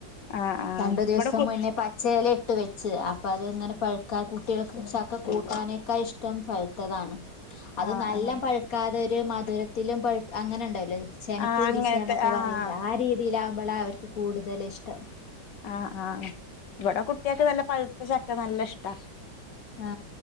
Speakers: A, on the left; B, on the left.
A: ആഹ് ആഹ്
B: രണ്ടു ദിവസം
A: ഇവിടെ കു
B: മുന്നേ പച്ചല ഇട്ട് വെ ച്ച് അപ്പം അത് ഇങ്ങനെ പഴുക്കാ കുട്ടികൾക്ക് ചൊക്കെ കൂട്ടാനേക്കാ ഇഷ്ടം പഴുത്തതാണ് അത്
A: ആഹ്
B: നല്ല
A: ആഹ്
B: പഴുക്കാതെ ഒരു മധുരത്തിലും പ അങ്ങനെ ഉണ്ടാവല്ലോ ചെനപ്പ്
A: ആഹ്
B: പിടിക്കാന്നൊക്കെ
A: അങ്ങനത്തെ ആഹ്
B: പറയിൺല്ലേ ആ രീതിയിലാവുമ്പോളാ അവർക്ക് കൂടുതൽ ഇഷ്ടം
A: ആ ആ ഇവിടെ കുട്ട്യാക്ക് നല്ല പഴുത്ത ചക്ക നല്ല ഇഷ്ടാ
B: ആ